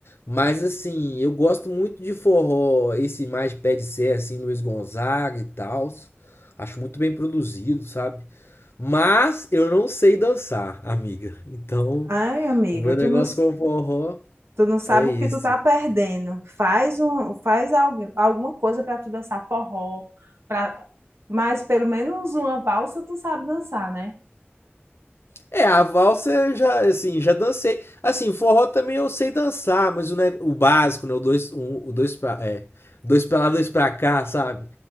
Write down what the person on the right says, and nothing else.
Ai, amiga,
tu
não.
Tu não sabe
o que tu tá perdendo. Faz um, faz algu- alguma coisa para tu dançar forró, para mas pelo menos uma valsa tu sabe dançar, né?